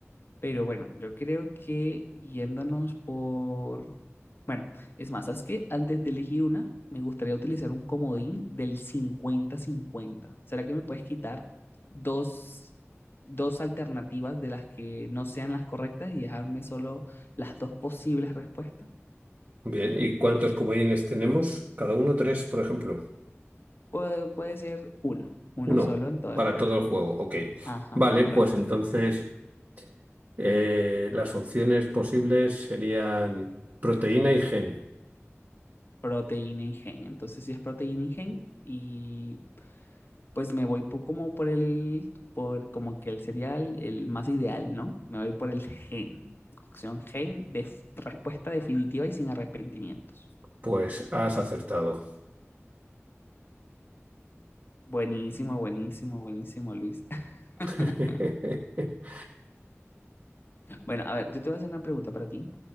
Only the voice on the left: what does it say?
pero bueno, yo creo que yéndonos por... Bueno, es más, ¿sabes qué? Antes de elegir una, me gustaría utilizar un comodín del cincuenta-cincuenta. ¿Será que me puedes quitar dos, dos alternativas de las que no sean las correctas y dejarme solo las dos posibles respuestas?
Puede, puede ser uno, uno
solo en todo
el juego.
Ajá,
correcto.
Proteína y gen. Entonces, si es proteína y gen, y pues me voy po- como por el, por como que el cereal, el más ideal, ¿no? Me voy por el gen. Opción gen, de respuesta definitiva y sin arrepentimientos.
Buenísimo, buenísimo, buenísimo, Luis.
<laughs> Bueno, a ver, yo te voy a hacer una pregunta para ti.